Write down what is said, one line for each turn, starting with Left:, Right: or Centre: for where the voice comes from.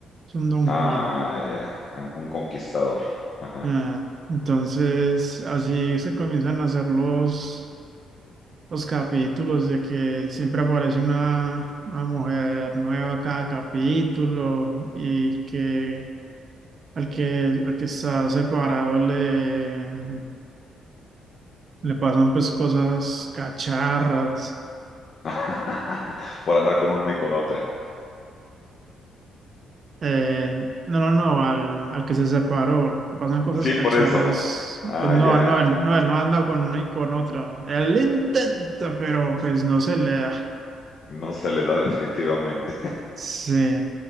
Right: es un don
Left: Ah,
Right: Juan.
Left: ya, un conquistador. Ajá.
Right: Ah, entonces, así se comienzan a hacer los, los capítulos de que siempre aparece una, una mujer nueva cada capítulo y que al que, al que está separado le, le pasan pues cosas cacharras.
Left: <laughs> Por andar con una y con otra.
Right: Eh, no, no, no, al, al que se separó le pasan cosas
Left: Sí,
Right: cacharras.
Left: por eso. Ah,
Right: Pues no,
Left: ya.
Right: no, él- no, él no anda con una y con otra. Él intenta, pero pues no se le da.
Left: No se le da <laughs> definitivamente.
Right: Sí,